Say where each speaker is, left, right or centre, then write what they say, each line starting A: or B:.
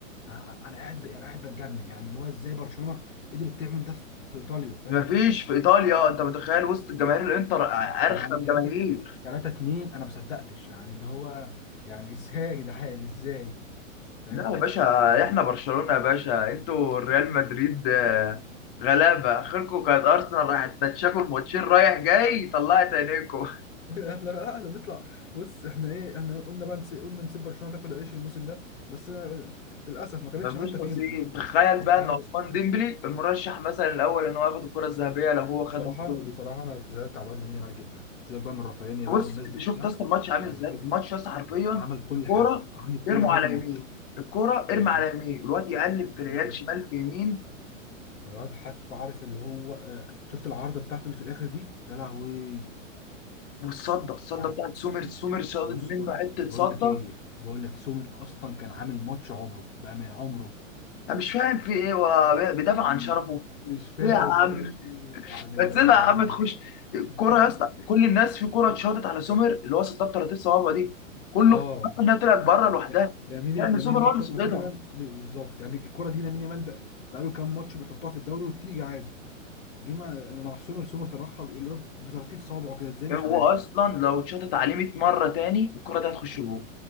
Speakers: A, on the left (about 75°); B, on the left (about 45°).
A: انا انا قاعد انا قاعد بتجنن يعني اللي هو ازاي برشلونة قدرت تعمل ده في في ايطاليا فاهم
B: مفيش في ايطاليا انت متخيل وسط الجماهير الانتر ارخم
A: يعني 3
B: جماهير
A: 3 2 انا ما صدقتش يعني اللي هو يعني ازاي يا جدعان ازاي فاهم
B: لا يا باشا
A: <laughs>
B: احنا برشلونة يا باشا انتوا ريال مدريد آه، غلابة اخركم كانت ارسنال راحت تتشاكل ماتشين رايح جاي طلعت عينيكم <laughs>
A: احنا لا احنا بنطلع بص احنا ايه احنا قلنا بقى نسي... قلنا نسيب برشلونة تاكل العيش الموسم ده بس أنا للاسف ما كانتش
B: مفيش
A: حتى فيهم
B: نصيب
A: يعني
B: تخيل بقى ان
A: أيوة.
B: عثمان ديمبلي المرشح مثلا الاول ان هو ياخد الكرة الذهبية لو هو خد
A: بصراحة
B: الكرة
A: بصراحة
B: دي
A: انا زعلت على الواد لامين يامال جدا سيبك بقى من رافينيا بقى
B: بص
A: والناس
B: انت
A: دي كلها
B: شفت اصلا الماتش عامل
A: انا
B: ازاي
A: زعلت
B: الماتش اصلا حرفيا
A: عمل كل
B: الكرة
A: حاجة عمل كل
B: ارموا
A: حاجة
B: على
A: في الماتش
B: يمين الكرة ارمي
A: بالظبط
B: على يمين الواد يقلب في
A: بالظبط
B: العيال شمال في يمين
A: الواد حتى عارف اللي هو آه، شفت العارضة بتاعته اللي في الاخر دي يا لهوي
B: والصدة الصدة
A: يعني
B: بتاعت سومر سومر صادت
A: بص
B: منه حتة
A: بقول
B: صدة
A: لك ايه بقول لك سومر اصلا كان عامل ماتش عمره بقى من عمره
B: انا مش فاهم في ايه هو بيدافع
A: ال-
B: عن شرفه
A: مش فاهم
B: ايه يا عم
A: بجد يعني
B: ما
A: اللي
B: تسيبها
A: يا لهوي
B: يا عم
A: يا
B: تخش
A: جدعان.
B: الكرة
A: <laughs>
B: يا اسطى كل الناس في كرة اتشاطت على سومر اللي هو صدها ب 30 صوابع دي كله
A: اه
B: فكر انها طلعت بره لوحدها
A: لا لامين
B: لان
A: لامين
B: سومر
A: يامال
B: هو اللي
A: شاطها
B: صدتها
A: فعلا أيوة، بالظبط يعني الكره دي لامين يامال بقى بقى له كام ماتش بيحطها في الدوري وبتيجي عادي جه مع مع سومر سومر طرحها اللي هو بطراطيف صوابعه كده ازاي مش
B: هو
A: عارف
B: اصلا
A: يعني
B: لو اتشاطت عليه 100 مره تاني الكرة دي هتخش جول